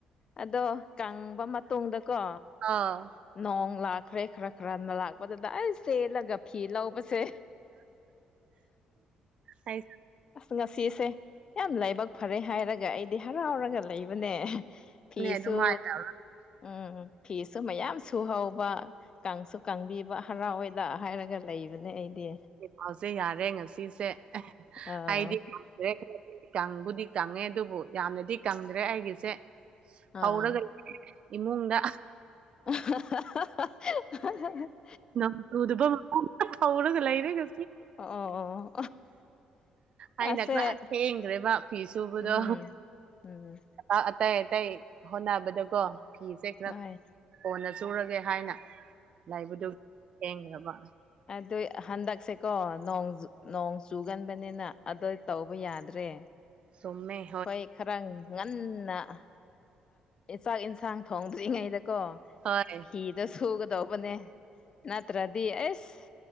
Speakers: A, on the left; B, on the right.
A: ꯑꯗꯣ ꯀꯪꯕ ꯃꯇꯨꯡꯗꯀꯣ
B: ꯑꯥ
A: ꯅꯣꯡ ꯂꯥꯛꯈ꯭ꯔꯦ ꯈꯔ ꯈꯔꯅ ꯂꯥꯛꯄꯗꯨꯗ ꯑꯩ ꯆꯦꯜꯂꯒ ꯐꯤ ꯂꯧꯕꯁꯦ
B: ꯑ
A: ꯉꯁꯤꯁꯦ ꯌꯥꯝ ꯂꯥꯏꯕꯛ ꯐꯔꯦ ꯍꯥꯏꯔꯒ ꯑꯩꯗꯤ ꯍꯔꯥꯎꯔꯒ ꯂꯩꯕꯅꯦ ꯐꯤꯁꯨ
B: ꯑꯗꯨꯝ ꯍꯥꯏꯅ
A: ꯎꯝꯝ ꯐꯤꯁꯨ ꯃꯌꯥꯝ ꯁꯨꯍꯧꯕ ꯀꯥꯡꯁꯨ ꯀꯥꯡꯕꯤꯕ ꯍꯔꯥꯎꯋꯏ ꯗꯥꯛ ꯍꯥꯏꯔꯒ ꯂꯩꯕꯅꯦ ꯑꯩꯗꯤ
B: ꯄꯥꯎꯁꯦ ꯌꯥꯔꯦ ꯉꯁꯤꯁꯦ
A: ꯑꯥ
B: ꯑꯩꯗꯤꯦ ꯀꯪꯕꯨꯗꯤ ꯀꯪꯉꯦ ꯑꯗꯨꯕꯨ ꯌꯥꯝꯅꯗꯤ ꯀꯪꯗ꯭ꯔꯦ ꯑꯩꯒꯤꯁꯦ
A: ꯑꯥ
B: ꯍꯧꯔꯒ ꯏꯃꯨꯡꯗ
A: <unintelligible>
B: ꯅꯪ ꯇ ꯑꯗꯨꯕꯔꯒ ꯂ ꯂꯩꯔꯒ
A: ꯑꯣ ꯑꯣ ꯑꯣ ꯑꯁꯦ
B: ꯑꯩꯅ ꯈꯔ ꯊꯦꯡꯈ꯭ꯔꯦꯕ ꯐꯤ ꯁꯨꯕꯗꯣ
A: ꯎꯝ ꯎꯝ
B: ꯕꯛ ꯑꯇꯩ ꯑꯇꯩ ꯍꯣꯠꯅꯕꯗꯀꯣ ꯐꯤꯁꯦ ꯈꯔ
A: ꯍꯣꯏ
B: ꯀꯣꯟꯅ ꯆꯨꯔꯒꯦ ꯍꯥꯏꯅ ꯂꯥꯏꯕꯨꯗꯨ ꯌꯦꯡꯈ꯭ꯔꯕ
A: ꯑꯗ ꯍꯟꯗꯛꯁꯦꯀꯣ ꯅꯣꯡꯖ ꯅꯣꯡ ꯆꯨꯒꯟꯕꯅꯤꯅ ꯑꯗꯨꯗ ꯇꯧꯕ ꯌꯥꯗ꯭ꯔꯦ
B: ꯁꯨꯝꯃꯦ
A: ꯑꯩꯈꯣꯏ ꯈꯔ ꯉꯟꯅꯥꯛ ꯆꯥꯛ ꯏꯟꯁꯥꯡ ꯊꯣꯡꯗ꯭ꯔꯤꯉꯩꯗ ꯀꯣ
B: ꯍꯣꯏ
A: ꯐꯗ ꯁꯨꯒꯗꯧꯕꯅꯦ ꯅꯠꯇ꯭ꯔꯗꯤ ꯑꯩꯁ